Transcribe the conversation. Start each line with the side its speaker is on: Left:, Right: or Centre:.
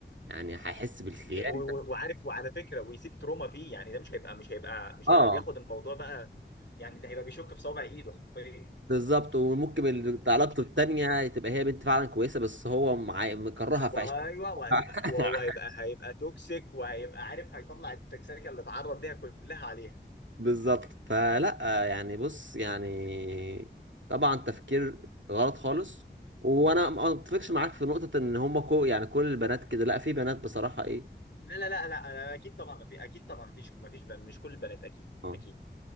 Right: يعني هيحس بالخيانه
Left: دي- و- و- وعارف وعلى فكره ويسيب تروما فيه يعني ده مش هيبقى مش هيبقى مش
Right: اه
Left: هيبقى بياخد الموضوع بقى يعني ده هيبقى بيشك في صابع ايده حرفيا
Right: بالظبط وممكن ال- بتاع لابته التانيه تبقى هي بنت فعلا كويسه بس هو معي مكرهها في
Left: وايوه
Right: عش...
Left: وهتبقى
Right: <laughs>
Left: وهو هيبقى هيبقى توكسيك وهيبقى عارف هيطلع التكسيكه اللي اتعرض ليها كلها عليها
Right: بالظبط فلا يعني بص يعني طبعا تفكير غلط خالص وانا ما اتفقش معاك في نقطه ان هم كو يعني كل البنات كده لا في بنات بصراحه ايه
Left: لا لا لا لا أنا اكيد طبعا ما في اكيد طبعا ما فيش ما فيش مش كل البنات اكيد
Right: آه.
Left: اكيد